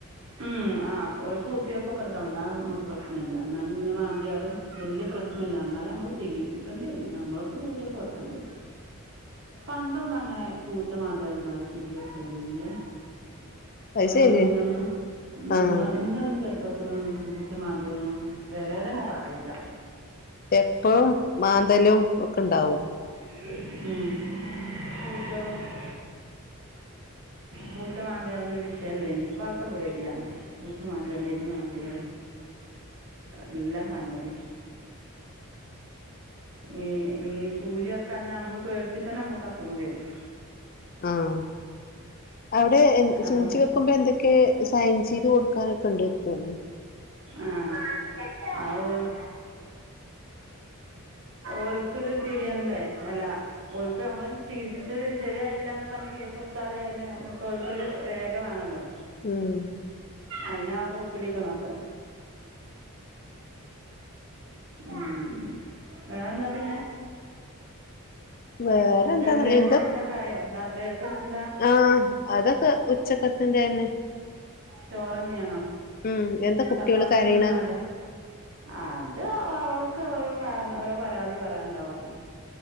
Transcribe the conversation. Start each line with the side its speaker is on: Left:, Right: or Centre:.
Right: ഉം ആ ഓൽക്ക് കുത്തിയപ്പൊക്കെട്ക്കണം ഇന്നാ നമക്ക് പ്രശ്നല്ല ഇന്നാലും പിന്നെ മാന്തിയാലും വല്ല്യ പ്രശ്നല്ല ന്നാലമ്മള് ചികിത്സിക്കേണ്ടി വരും നമ്മൾക്ക് സൂചിയൊക്കെ വെക്കേണ്ടിവരും പണ്ടൊന്നുംങ്ങനെ പൂച്ച മാന്ത്യാലൊന്നങ്ങനെ സൂചി വെ‌ക്കലി ല്ലെ
Left: അത്
Right: കൊറേ
Left: ശെരിയാ
Right: മുന്നൊന്നും.
Left: ആഹ്
Right: നമ്മൾ ഇൻ്റൊന്നും ചെറുപ്പത്തിലൊന്നും പൂച്ച മാന്ത്യലൊന്നും പെരേലെന്നെ പറയൂല.
Left: എപ്പഴും മാന്തലും ഒക്കണ്ടാവു
Right: ഉം <inaudible> പൂച്ച മാന്തിയാലൊന്നും വിഷയല്ലേനി ഇപ്പൊ അവക്ക് പേടിയാണ് പൂച്ചമാന്തിയാലും എലി മാന്തിയാലും എല്ലാ സംഗതി ഈ ഈ സൂചി വക്കാഞ്ഞാ നമ്മൾ പേടിച്ചിട്ട് തന്നെ നമുക്ക് അസുഖം വരും.
Left: ആഹ് അവിടെ എഹ് സൂചി
Right: അതോ
Left: വെക്കുമ്പോ എന്തൊക്കെ സൈൻ ചെയ്ത് കൊടുക്കാനൊക്കെണ്ട് തോന്നണു.
Right: ആഹ് ആ ഓൽ ഓൽക്കത് തിരിയണ്ടേ അല്ലാ ഓൽക്ക് അമ്മള് ചികിത്സിച്ചത് ശരിയായില്ല എന്ന് പറഞ്ഞ് കേസ് കൊടുത്താല് അയ്ന് നമ്മുക്ക് ഓൽക്കൊരു രേഖ വേണല്ലോ.
Left: ഉം
Right: അയിനാവു ഒപ്പിടീക്കണതൊക്കെ ഉം വേറെന്താ പിന്നെ
Left: വേറെ എന്താ
Right: വൈകുന്നേരത്തെ
Left: എന്താ
Right: ഫുഡൊക്കെ ആയോ രാത്രിയേക്ക് എന്താ
Left: ആഹ് അതൊക്കെ ഉച്ചക്കത്തിന്റെ തന്നെ
Right: ചോറുതന്നെയാണോ
Left: ഉം എന്താ കുട്ടികള്
Right: ചപ്പാത്തി
Left: കരയണ്
Right: ഒന്നും വേണ്ടേ അത് അവൾക്ക് ഓരോ കാരണം ഓരോ പരാതി പറയാൻണ്ടാവും